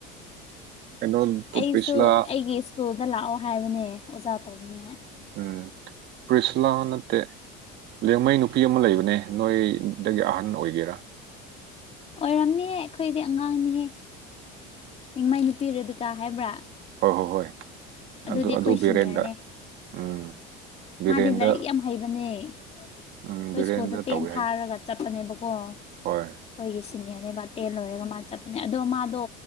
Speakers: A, on the right; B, on the left.
A: ꯀꯩꯅꯣ ꯇꯨꯄꯤꯁꯨꯂ
B: ꯑꯩꯁꯨ ꯑꯩꯒꯤ ꯁ꯭ꯀꯨꯜꯗ ꯂꯥꯛꯑꯣ ꯍꯥꯏꯕꯅꯦ ꯑꯣꯖꯥ ꯇꯧꯅꯤꯅ
A: ꯎꯝ ꯄ꯭ꯔꯤꯁꯤꯂꯥ ꯅꯠꯇꯦ ꯂꯤꯌꯥꯡꯃꯩ ꯅꯨꯄꯤ ꯑꯃ ꯂꯩꯕꯅꯦ ꯅꯣꯏꯗꯒꯤ ꯑꯍꯟ ꯑꯣꯏꯒꯦꯔꯥ
B: ꯑꯣꯏꯔꯝꯅꯤꯍꯦ ꯑꯩꯈꯣꯏꯗꯤ ꯑꯉꯥꯡꯅꯤꯍꯦ ꯔꯤꯡꯃꯩ ꯅꯨꯄꯤ ꯔꯦꯕꯤꯀꯥ ꯍꯥꯏꯕ꯭ꯔꯥ
A: ꯍꯣ ꯍꯣ ꯍꯣꯏ
B: ꯑꯗꯨꯗꯤ
A: ꯑꯗꯨ
B: ꯑꯩꯈꯣꯏ
A: ꯑꯗꯨ ꯕꯤꯔꯦꯟꯗ
B: ꯁꯤꯅꯤꯌꯔꯅꯦ
A: ꯎꯝ ꯕꯤꯔꯦꯟꯗ
B: ꯃꯥꯗꯤ ꯂꯥꯏꯔꯤꯛ ꯌꯥꯝ ꯍꯩꯕꯅꯦ ꯑꯩꯈꯣꯏ
A: ꯎꯝ ꯕꯤꯔꯦꯟꯗ
B: ꯁ꯭ꯀꯨꯜꯗ ꯇꯦꯟ
A: ꯇꯧꯋꯦ
B: ꯊꯥꯔꯒ
A: ꯍꯥꯏ
B: ꯆꯠꯄꯅꯦꯕꯀꯣ ꯑꯩꯈꯣꯏꯒꯤ
A: ꯍꯣꯏ
B: ꯁꯤꯅꯤꯌꯔ ꯅꯦꯕ ꯇꯦꯟ ꯂꯣꯏꯔꯒ ꯃꯥ ꯆꯠꯄꯅꯦ ꯑꯗꯣ ꯃꯥꯗꯣ